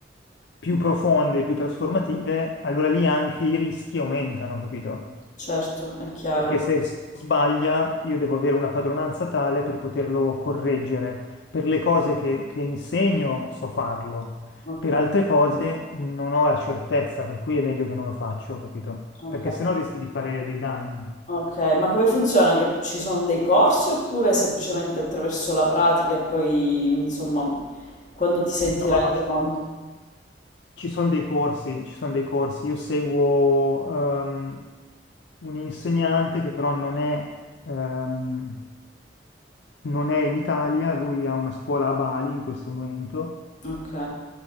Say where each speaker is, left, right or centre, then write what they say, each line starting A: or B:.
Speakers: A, on the left (about 70°); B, on the left (about 45°).
A: più profonde, più trasformative, allora lì anche i rischi aumentano, capito?
B: certo, è chiaro.
A: Perché se, se sbaglia io devo avere una padronanza tale per poterlo correggere. Per le cose che, che insegno so farlo,
B: Ok,
A: per altre cose non ho la certezza, per cui è meglio che non lo faccio, capito?
B: ok,
A: Perché sennò rischi di fare dei danni.
B: ok. Ma come funziona? Che ci sono dei corsi oppure semplicemente attraverso la pratica e poi, insomma, quando ti sentirai
A: No, no,
B: pronto?
A: ci, ci sono dei corsi, ci sono dei corsi. Io seguo ehm, un insegnante che però non è, ehm, non è in Italia, lui ha una scuola a Bali in questo momento
B: Ok,